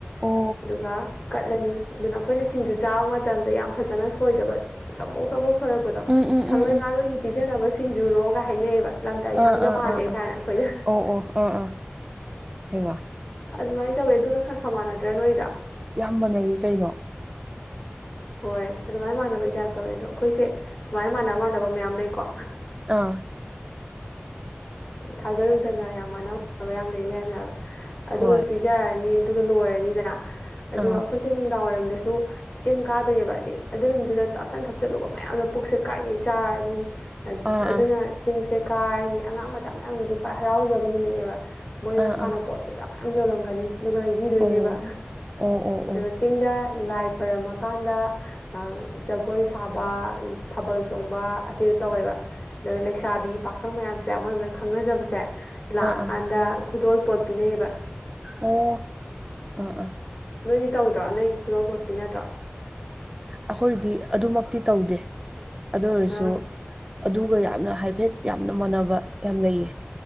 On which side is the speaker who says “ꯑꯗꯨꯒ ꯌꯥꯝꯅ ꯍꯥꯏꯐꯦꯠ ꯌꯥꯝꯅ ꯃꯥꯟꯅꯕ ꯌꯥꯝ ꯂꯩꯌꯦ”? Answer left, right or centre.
Right